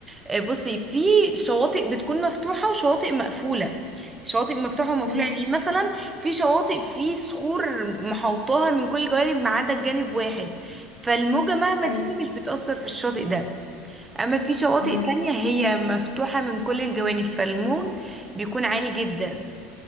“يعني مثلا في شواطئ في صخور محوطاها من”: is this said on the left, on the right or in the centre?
Right